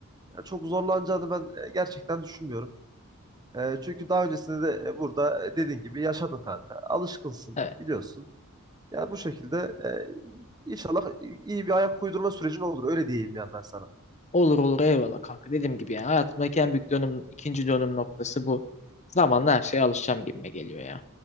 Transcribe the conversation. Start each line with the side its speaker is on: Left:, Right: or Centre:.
Right: ya çok zorlanacağını ben e, gerçekten düşünmüyorum. E, çünkü daha öncesinde de e, burada e, dediğin gibi yaşadın kanka. Alışkınsın
Left: Evet.
Right: biliyorsun. Yani bu şekilde e, inşallah iyi bir ayak uydurma sürecin olur. Öyle diyeyim yani ben sana.
Left: Olur olur eyvallah kanka. Dediğim gibi yani hayatımdaki en büyük dönüm, ikinci dönüm noktası bu. Zamanla her şeye alışacağım gibime geliyor ya.